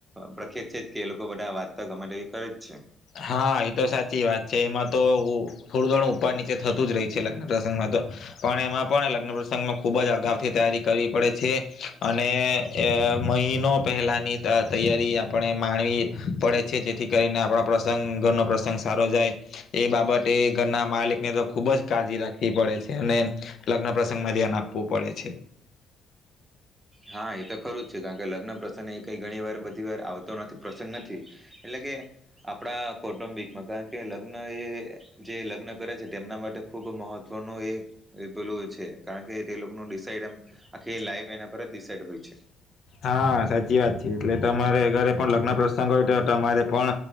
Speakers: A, on the right (about 20°); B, on the left (about 60°).
A: પ્રખ્યાત છે. જ કે એ લોકો બધા વાતતો ગામમા એવી કરે જ છે.
B: હા એતો સાચી વાત છે. એમાં તો થોડું થોડું ઉપર નીચે થતું જ રહી છ લગ્ન પ્રસંગમાં તો પણ એમાં પણ લગ્ન પ્રસંગમાં ખુબ જ અગાઉથી તૈયારી કરવી પડે છે. અને મહિનો પહેલાની તૈયારી આપણે માણવી પડે છે. જેથી કરીને આપણા. પ્રસંગ ઘરનો પ્રસંગ સારો જાય એ બાબતે ઘરના માલિકને તો ખૂબ જ કાળજી રાખવી પડે છે. અને લગ્ન પ્રસંગમાં ધ્યાન આપવું પડે છે.
A: હા એ તો ખરું જ છે. કારણ કે લગ્ન પ્રસંગ એ કઈ ઘણી વાર, બધી વાર આવતો નથી. પ્રસંગ નથી એટલે કે આપણા. કૌટુંબિકમાં કારણ કે લગ્ન એ જે લગ્ન કરે છે. તેમના માટે ખુબ મહત્વનું એ પેલું છે, કારણ કે તે લોકો શઈરમ આખી લાઈફ એના. ઈ સાઇડ હો છે.
B: હા સાચી વાત છે. એટલે તમારે ઘરે પણ લગ્ન પ્રસંગ હોય તો, તમારે પણ